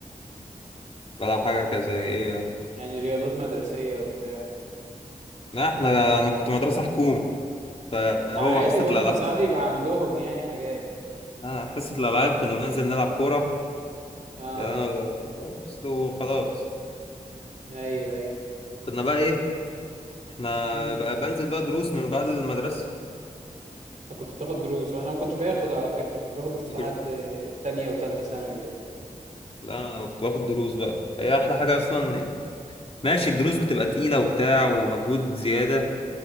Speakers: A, on the left; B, on the right.
A: بلعب حاجه كذا ايه يعني
B: يعني رياضات مدرسيه وبتاع
A: لا احنا انا كنت مدرسه حكومه فهو
B: ما عادي
A: حصه
B: برضه
A: الالعاب
B: ساعات بيبقى عندهم يعني حاجات
A: آه حصه الالعاب كنا بننزل نلعب كوره
B: اه
A: آه بس لو خلاص
B: ايوه ايوه
A: كنا بقى ايه احنا
B: امم
A: بقى بنزل بقى دروس من بعد المدرسة
B: انت كنت بتاخد دروس انا ما كنتش باخد على فكره كنت باخد دروس
A: ما
B: لحد
A: كنتش-
B: تانية وتالتة ثانوي كده
A: لا انا كنت باخد دروس بقى هي احلى حاجة اصلا ماشي الدروس بتبقى تقيلة وبتاع ومجهود زيادة